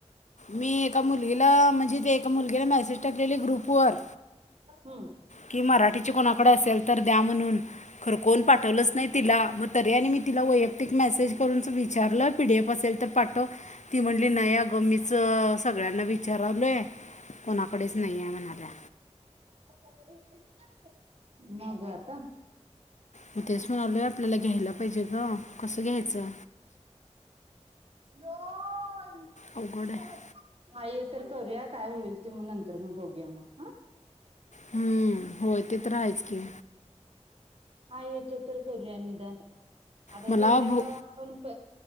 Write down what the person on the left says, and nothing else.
मी एका मुलगीला <unintelligible> म्हणजे ते ए मुलगीला मेसेज टाकलेली ग्रुपवर
की मराठी च कोण थोडं असेल तर द्या म्हणून खर कोण पाठवलंच नाही तिला मग तरी आणि मी तिला वैयक्तिक मेसेज करूनच विचारलं पीडीएफ असेल तर पाठव ती म्हटली नाही अग मीच सगळ्यांना विचारालोय कोणाकडेच नाही हाय म्हणाल्या?
मी तेच म्हणालोय आपल्याला घ्यायला पाहिजे ग कसं घ्यायचं?
अवघड आहे
हम्म होय ते तर हायच की.
मला
भो